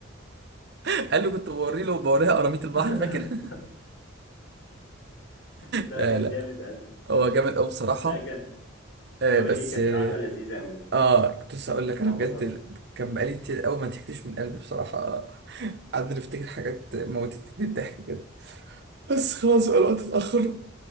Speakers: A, on the right (about 55°); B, on the left (about 60°).
A: <laughs> قال له كنت بوري له بوريها قراميط البحر
B: <laughs>
A: فاكر <laughs>
B: لا
A: لا
B: كان
A: لا
B: جامد قوي
A: هو جامد قوي بصراحه
B: لا كان
A: آه
B: بقول
A: بس
B: لك ايه كانت
A: اه
B: قعده لذيذه قوي
A: آه، كنت لسه اقول لك انا
B: انا انبسطت
A: بجد ال- كان بقالي كتير قوي ما ضحكتش من قلبي بصراحه <laughs> آه، قعدنا نفتكر حاجات موتتني الضحك بجد بس خلاص بقى الوقت اتاخر <laughs>